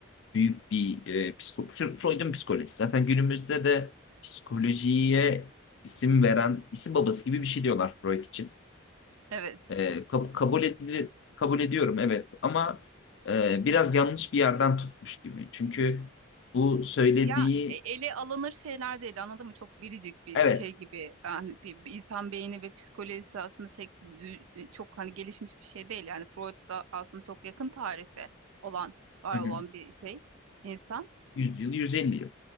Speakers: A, on the left; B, on the right.
A: büyük bir e, psiko Freud'un psikolojisi. Zaten günümüzde de psikolojiye isim veren isim babası gibi bir şey diyorlar Freud için.
B: evet.
A: E, kab- kabul edilir, kabul ediyorum evet ama e, biraz yanlış bir yerden tutmuş gibi. Çünkü bu söylediği
B: Ya e, ele alınır şeyler değil, anladın mı? Çok biricik bir
A: evet
B: şey gibi. Yani bir, bir insan beyni ve psikolojisi aslında tek dü- e, çok hani gelişmiş bir şey değil. Yani Freud da aslında çok yakın tarihte olan, var
A: Hı
B: olan
A: hı.
B: bir şey, insan.
A: 100 yıl 150 yıl.